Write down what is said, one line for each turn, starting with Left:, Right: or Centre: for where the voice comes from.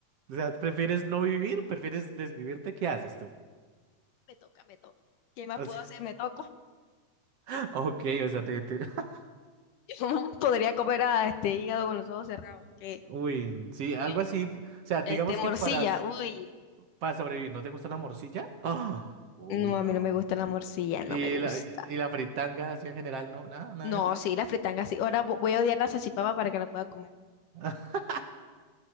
Right: o sea, ¿prefieres no vivir? ¿Prefieres desvivirte? ¿Qué haces tú?
Left: Me toca, me toca. ¿Qué más
Right: O
Left: puedo
Right: sea,
Left: hacer? Me toco. <laughs>
Right: <laughs> ok, o sea, te, te- <laughs>
Left: ¿Cómo Podría comer a este hígado con los ojos cerrados. ¿Qué?
Right: Uy, sí, algo
Left: Bueno,
Right: así. O sea, digamos
Left: este, morcilla.
Right: que para
Left: Uy,
Right: Para sobrevivir, ¿no te gusta la morcilla? ¡Ah! Uy,
Left: no, a
Right: no.
Left: mí no me gusta la morcilla, no
Right: ¿Y
Left: me gusta.
Right: la, y la fritanga así en general? ¿No? ¿Nada, nada
Left: No,
Right: de eso?
Left: sí, la fritanga sí. Ahora vo- voy a odiar la salchipapa para que la pueda comer.
Right: <laughs>